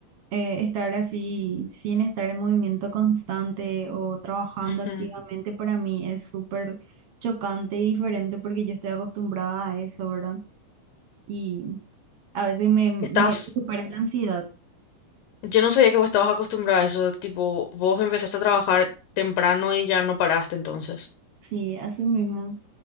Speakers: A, on the right; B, on the left.
A: eh, estar así sin estar en movimiento constante o trabajando
B: Ujú.
A: activamente para mí es súper chocante y diferente porque yo estoy acostumbrada a eso, ¿verdad? Y a veces me, me
B: Estás,
A: supera la ansiedad.
B: yo no sabía que vos estabas acostumbrada a eso, tipo, vos empezaste a trabajar temprano y ya no paraste entonces.
A: Sí, así mismo.